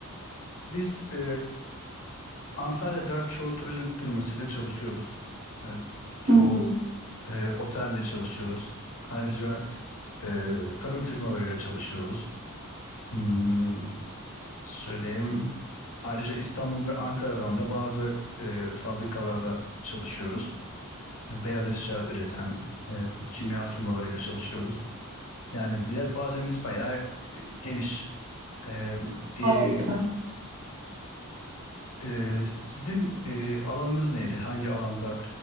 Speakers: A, on the left (about 75°); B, on the right (about 55°).
A: Biz e, Antalya'da çoğu turizm firmasıyla çalışıyoruz. E, çoğu
B: Hı hı.
A: e, otelle çalışıyoruz. Ayrıca Ee, tarım firmalarıyla çalışıyoruz. Hmm, söyleyeyim. Ayrıca İstanbul ve Ankara'dan da bazı e, fabrikalarda çalışıyoruz. Beyaz eşya üreten e, kimya firmalarıyla çalışıyoruz. Yani yelpazemiz bayağı e, geniş. E, bir,
B: Harika.
A: e, sizin e, alanınız neydi? Hangi alanda